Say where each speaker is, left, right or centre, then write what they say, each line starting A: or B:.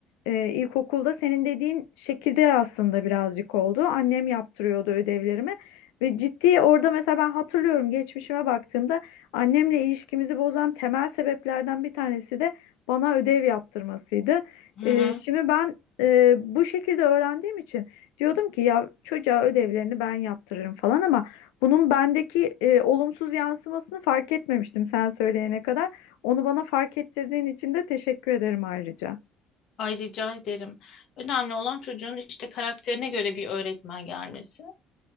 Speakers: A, on the left (about 85°); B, on the left (about 60°).
A: e, ilkokulda senin dediğin şekilde aslında birazcık oldu. Annem yaptırıyordu ödevlerimi ve ciddi orada mesela ben hatırlıyorum geçmişime baktığımda Annemle ilişkimizi bozan temel sebeplerden bir tanesi de bana ödev yaptırmasıydı.
B: Hı
A: Ee,
B: hı.
A: şimdi ben e, bu şekilde öğrendiğim için diyordum ki ya çocuğa ödevlerini ben yaptırırım falan ama bunun bendeki e, olumsuz yansımasını fark etmemiştim sen söyleyene kadar. Onu bana fark ettirdiğin için de teşekkür ederim ayrıca.
B: Ay rica ederim. Önemli olan çocuğun işte karakterine göre bir öğretmen gelmesi.